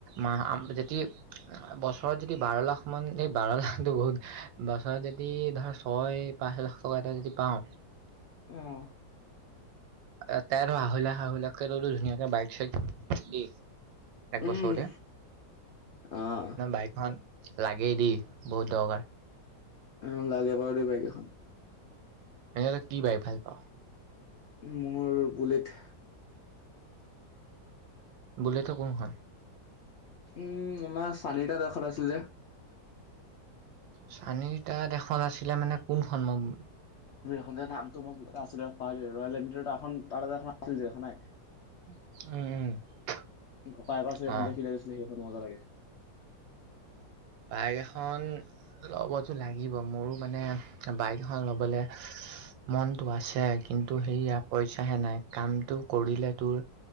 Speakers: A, on the right; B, on the left.
A: মা যেতি- বছৰত যদি বাৰ লাখ মান এই বাৰ লাখটো বহুত বছৰত যদি ধৰ ছয়, পাঁচ লাখ টকা এটা যদি পাওঁ
B: আহ,
A: তাই ধৰ আঢ়ৈলাখ আঢ়ৈ লাখ কে ধুনীয়াকে বাইক চাইক কিনি একবছৰতে
B: উম, অ',
A: বাইকখন, লাগেই দি বহুত দৰকাৰ
B: অ লাগে বাৰু দেই বাইক এখন
A: এনে তই কি বাইক ভাল পাওঁ
B: মোৰ বুলেট
A: বুলেটৰ কোনখন
B: উম আমাৰ চানিটা দেখত আছিলে যে
A: চানি তাত এখন আছিলে মানে কোনখন মম
B: এ নামটো ম কিবা এটা আছিলে মই পাহৰি থাকিলো ৰয়েল এনট্ৰেটাখন তাৰ যে এখন আছিল জে দেখানাই
A: উম উম
B: কপা এখন আছিলে সেইখন
A: অঁ
B: দেখি থৈ গৈছিলে সেইখন মজা লাগে
A: বাইক এখন ল'বতো লাগিব মোৰো মানে বাইক এখন লবলে মনটো আছে কিন্তু সেইয়া পইচাহে নাই কামটো কৰিলে তোৰ